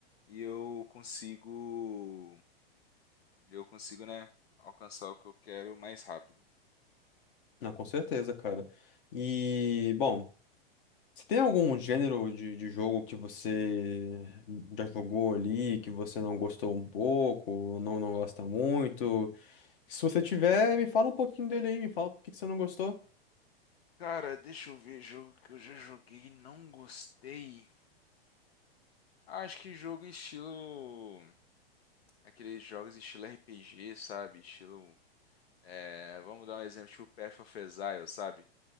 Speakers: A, on the left; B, on the left.
A: e eu consigo, eu consigo, né, alcançar o que eu quero mais rápido.
B: Ah, com certeza, cara. E, bom, se tem algum gênero de, de jogo que você já jogou ali, que você não gostou um pouco, ou não, não gosta muito? Se você tiver, me fala um pouquinho dele aí, me fala por que que você não gostou.
A: Cara, deixa eu ver jogo que eu já joguei e não gostei. Acho que jogo estilo. Aqueles jogos estilo RPG, sabe? Estilo. é, vamos dar um exemplo, tipo Path of Exile, sabe?